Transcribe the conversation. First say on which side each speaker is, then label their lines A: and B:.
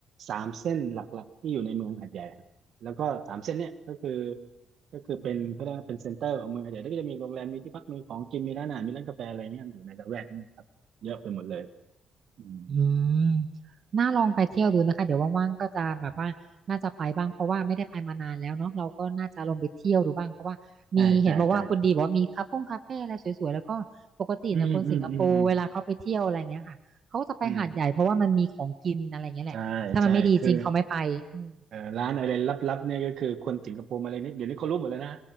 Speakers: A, on the right (about 65°); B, on the right (about 50°).
A: สามเส้นหลักๆที่อยู่ในเมืองหาดใหญ่ครับแล้วก็สามเส้นเนี้ยก็คือก็คือเป็นก็ได้ว่าเป็นเซ็นเตอร์ของเมืองหาดใหญ่แล้วก็จะมีโรงแรมมีที่พักมีของกินมีร้านอาหารมีร้านกาแฟอะไรเงี้ยอยู่ในละแวกเนี้ยครับเยอะไปหมดเลยอืม
B: อืมน่าลองไปเที่ยวดูนะคะเดี๋ยวว่างๆก็จะแบบว่าน่าจะไปบ้างเพราะว่าไม่ได้ไปมานานแล้วเนาะเราก็น่าจะลองไปเที่ยวดูบ้างเพราะว่ามีเห็นบอกว่าคุณดีบอกว่ามีคาเฟ่คาเฟ่อะไรสวยๆแล้วก็ปกติเนี่ยคนสิงคโปร์เวลาเขาไปเที่ยวอะไรเงี้ยค่ะเขาก็จะไปหาดใหญ่เพราะว่ามันมีของกินอะไรเงี้ยแหละถ้ามันไม่ดีจริงเขาไม่ไปอืม
A: ใช่ใช่ใช่อืมอืมอืมอืมอืมใช่ใช่คือ เอ่อร้านอะไรลับๆเนี่ยก็คือคนสิงคโปร์มาเลยเนี่ยเดี๋ยวนี้เขารู้หมดแล้วนะ